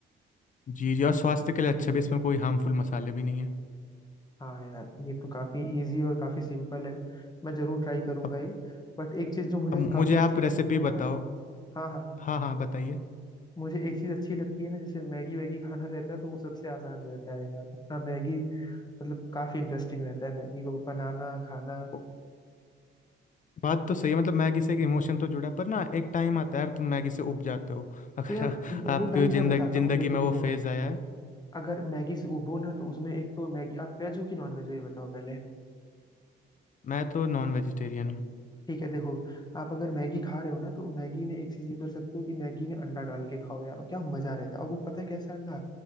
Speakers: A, on the left (about 40°); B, on the left (about 20°).
A: जी जी और स्वास्थ्य के लिए अच्छा भी इसमें कोई हार्मफुल मसाले भी नहीं है
B: हाँ यार ये तो काफी इजी और काफी सिंपल है मैं जरूर ट्राई करूंगा
A: अब
B: ये बट एक चीज जो मुझे
A: अब
B: काफी
A: मुझे आप
B: अच्छी
A: रेसिपी
B: लगती है
A: बताओ
B: ना हाँ हाँ
A: हाँ हाँ बताइए
B: मुझे एक चीज अच्छी लगती है ना जैसे मैगी वैगी खाना रहता है तो वो सबसे आसान रहता है यार अपना मैगी मतलब काफी इंटरेस्टिंग रहता है मैगी को बनाना खाना
A: वो- बात तो सही है मतलब मैगी से एक इमोशन तो जुड़ा है, पर ना एक टाइम आता है यार तुम मैगी से उब जाते हो <laughs> अगर
B: तो यार
A: आपके
B: वो टाइम
A: जिंदगी
B: मैं बताता
A: जिंदगी
B: हूँ देखो
A: में
B: देखो
A: वो फेज़ आया है
B: अगर मैगी से उबो ना तो उसमें एक तो मैगी आप वेज हो कि नॉन वेज हो ये बताओ पहले
A: मैं तो नॉन वेजिटेरियन हूँ
B: ठीक है देखो आप अगर मैगी खा रहे हो ना तो मैगी में एक चीज ये कर सकते हो कि मैगी में अंडा डाल के खाओ यार क्या मजा रहता है और वो पता है कैसा अंडा